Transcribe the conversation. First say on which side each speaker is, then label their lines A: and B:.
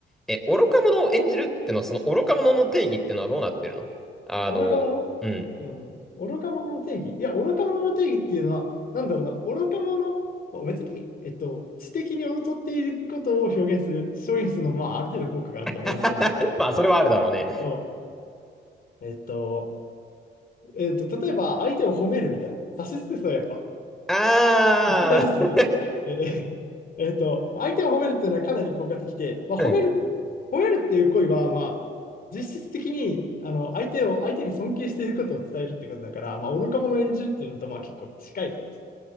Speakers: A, in the centre; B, on the left.
A: え、愚か者を演じるってのは、その愚か者の定義ってのはどうなってるのあの、
B: 愚か者うん。
A: うん。
B: 愚か者の定義。いや、愚か者の定義っていうのは、なんだろうな、愚か者、まあ、別に、えっと、知的に劣っていることを表現する、表現するのはまあ、ある程度効果があると俺は思うんだけど、
A: <laughs> まあ、それはあるだろうね。
B: そうえっと、えっと、例えば、相手を褒めるみたいな。指し捨てそう、やっぱ。
A: あ
B: さすがです。えー <laughs> えーと、まあ相手を褒めるっていうのはかなり効果的で、まあ、
A: あ、
B: 褒める、
A: うん。
B: 褒めるっていう行為は、まあ、実質的にあの相手を、相手に尊敬していることを伝えるってことだから、まあ、愚か者を演じるっていうのと、まあ、結構近いかもし